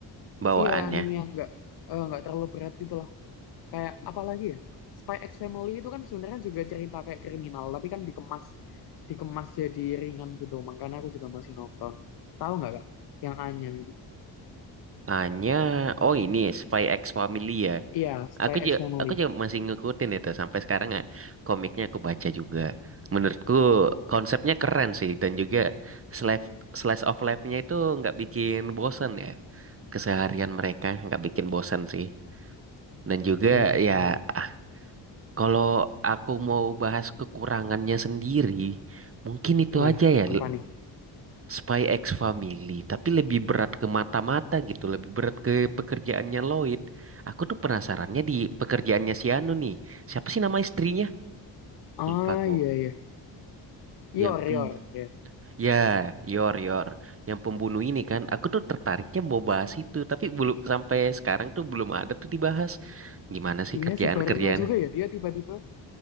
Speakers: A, on the right; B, on the left.
A: bawaannya?
B: Iya, anime yang nggak eh, nggak terlalu berat gitu lah. Kayak apalagi ya? Spy X Family itu kan sebenarnya juga cerita kayak kriminal, tapi kan dikemas dikemas jadi ringan gitu. Makanya aku juga masih nonton. Tahu nggak Kak? Yang Anya itu.
A: Hanya, oh ini Spy X Family ya.
B: Iya, Spy
A: Aku juga,
B: X Family.
A: aku juga masih ngikutin itu sampai sekarang ya. Komiknya aku baca juga. Menurutku konsepnya keren sih dan juga slash slice of life-nya itu nggak bikin bosan ya. Keseharian mereka nggak bikin bosan sih. Dan juga
B: Iya,
A: ya,
B: bener.
A: ah, kalau aku mau bahas kekurangannya sendiri, mungkin itu
B: Wih,
A: aja ya.
B: apa nih?
A: Spy X Family, tapi lebih berat ke mata-mata gitu, lebih berat ke pekerjaannya Lloyd. Aku tuh penasarannya di pekerjaannya si Anu nih. Siapa sih nama istrinya?
B: Ah,
A: Lupa aku.
B: iya, iya.
A: Yang
B: Yor,
A: pem
B: Yor, ya.
A: ya, Yor Yor, yang pembunuh ini kan. Aku tuh tertariknya mau bahas itu, tapi belum sampai sekarang tuh belum ada tuh dibahas. Gimana sih
B: Iya
A: kerjaan-kerjaan?
B: sih, baru nggak juga ya. Dia tiba-tiba